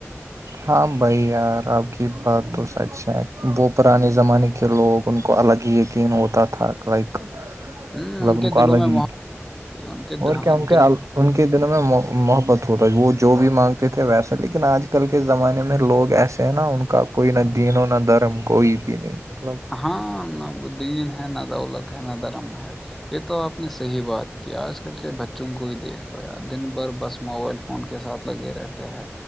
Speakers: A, on the right; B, in the centre.
A: ہاں بھائی یار آپ کی بات تو سچ ہے وہ پرانے زمانے کے لوگ ان کو الگ ہی یقین ہوتا تھا لائک
B: ہوں
A: ملگ
B: کے
A: ان کو
B: دلوں
A: الگ
B: میں محبت
A: ہی
B: تھی ان کے
A: اور
B: دہ-
A: کیا ان کے
B: دلوں
A: ان کے دنوں میں محبت ہوتا ہے وہ جو بھی مانگ تھے ویسا لیکن آج کل کے زمانے میں لوگ ایسے ہیں نا ان کا کوئی نہ دینوں نہ دھرم کوئی بھی نہیں مطلب
B: ہاں نہ وہ دین ہے نہ دولت ہے نہ دھرم ہے یہ تو آپ نے صحیح بات کی آج کل کے بچوں کو ہی دیکھ لا دن بھر بس موبائل فون فون کے ساتھ لگے رہتے ہیں